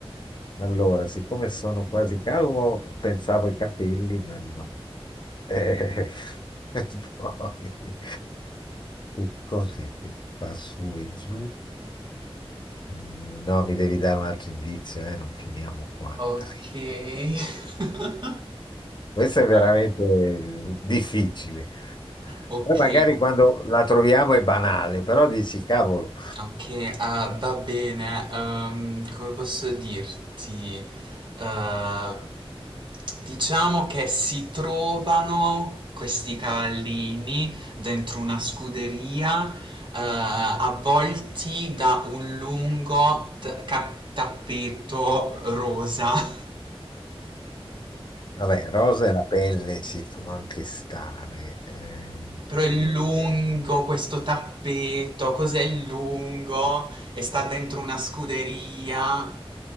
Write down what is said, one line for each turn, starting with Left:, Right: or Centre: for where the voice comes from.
Left: Allora, siccome sono quasi calvo, pensavo ai capelli, ma no. Eh, <laughs> e poi, che cos'è che fa su e giù? Mm, No, mi devi dare un altro indizio, eh, non finiamo qua.
Right: Ok.
Left: dai.
Right: <laughs>
Left: Questo è veramente
Right: Ah,
Left: eh, difficile.
Right: ok.
Left: Poi magari quando la troviamo è banale, però dici, cavolo,
Right: Okay, ah, va bene, ehm, come posso dirti? Eh, diciamo che si trovano questi cavallini dentro una scuderia, eh, avvolti da un lungo t- ca- tappeto rosa. <laughs>
Left: vabbè, rosa e la pelle ci può anche stare, eh,
Right: Però è lungo questo tappeto, cos'è lungo? E sta dentro una scuderia,